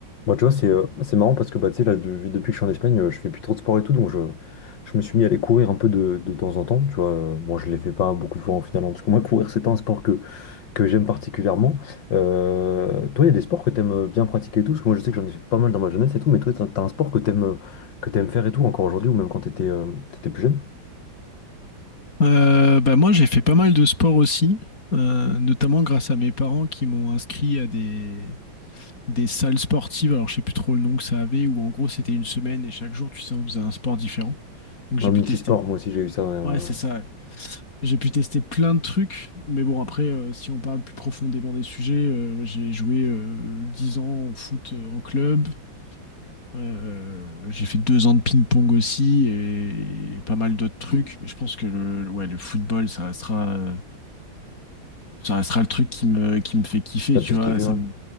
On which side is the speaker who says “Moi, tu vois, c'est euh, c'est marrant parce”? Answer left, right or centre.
Left